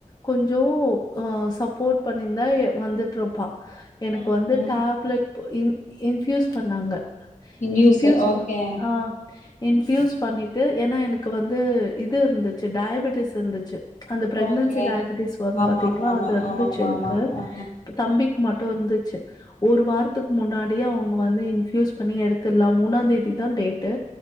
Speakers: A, on the left; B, on the left.
A: கொஞ்சோ சப்போர்ட் பண்ணியிருந்தா வந்து ரொபா எனக்கு
B: ம்
A: வந்து
B: ம்
A: டேப்லெட் இன் இன்ஃபியுஸ் பண்ணாங்க
B: இன்டியூஸு
A: இன் ஃபியூஸ்
B: ஓகே
A: ஆ இன்ஃப்யூஸ் பண்ணிட்டு ஏன்னா எனக்கு வந்து இது இருந்துச்சு டயபட்டிஸ் இருந்துச்சு அந்த பிரெக்னன்சி
B: ஓகே
A: டயபட்டிஸ் வரும்
B: ஆமா
A: பாத்தீங்கலா
B: ஆமா
A: அது வந்துச்சு
B: ஆமா ஆமா
A: எனக்கு
B: ஆமா ஆமா ஆ
A: தம்பிக்கு மட்டு இருந்துச்சு ஒரு வாரத்துக்கு முன்னாடியே அவங்க வந்து இன்ஃபியூஸ் பண்ணி எடுத்துலா மூணா தேதி தா டேட்டு